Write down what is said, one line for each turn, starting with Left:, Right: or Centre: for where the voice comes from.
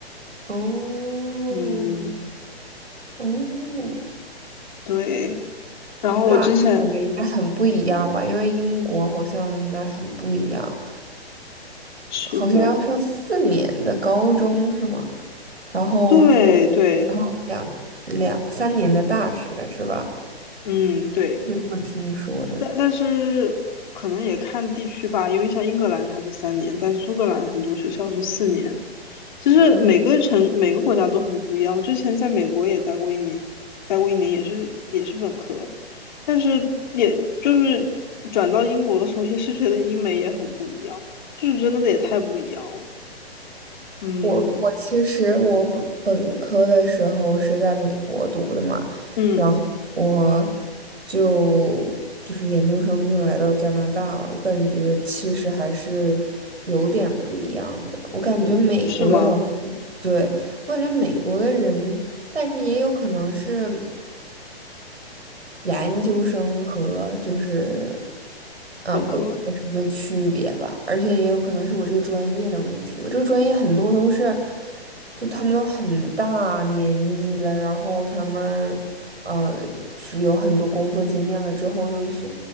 Right: 哦，
Left: 嗯，
Right: 哦。
Left: 对。然后我之前
Right: 那那感觉应该很不一样吧？因为英国好像应该很不一样，
Left: 是的，
Right: 好像要上四年的高中是吗？然后上，
Left: 对对，
Right: 然后两两三年的大学是吧？
Left: 嗯对，
Right: 就这么听说的。
Left: 但但是可能也看地区吧，因为像英格兰它是三年，但苏格兰很多学校是四年。其实每个城每个国家都很不一样。
Right: 嗯。
Left: 之前在美国也待过一年，待过一年也是也是本科，但是也就是转到英国的时候，也是觉得英美也很不一样，就是真的也太不一样了。嗯
Right: 我我其实我本本科的时候是在美国读的嘛，
Left: 嗯，
Right: 然后我就就是研究生就来到加拿大了，我感觉其实还是有点不一样的。我感觉美国的老师，
Left: 是吗？
Right: 对，我感觉美国的人，但是也有可能是。研究生和就是啊本科生的区别吧，
Left: 本科，
Right: 而且也有可能是我这个专业的问题。我这个专业很多都是，就他们都很大年纪了，然后他们呃是有很多工作经验了之后，又选